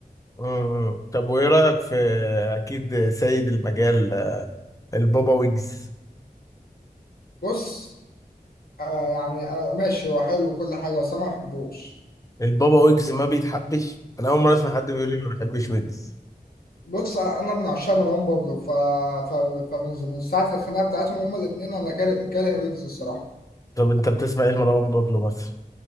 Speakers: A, on the left (about 20°); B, on the left (about 70°).
A: مم. طب وايه رأيك في اكيد سيد المجال البابا ويجز
B: بص آه يعني آه ماشي هو حلو وكل حاجة بس أنا ما بحبوش
A: البابا ويجز ما بيتحبش انا اول مرة اسمع حد بيقول لي ما بحبش ويجز
B: بص انا من عشاق مروان بابلو ف... ف... فمن من ساعه الخناقه بتاعتهم هما الاثنين انا كاره كاره ويجز الصراحه
A: طب انت بتسمع ايه لمروان بابلو مثلا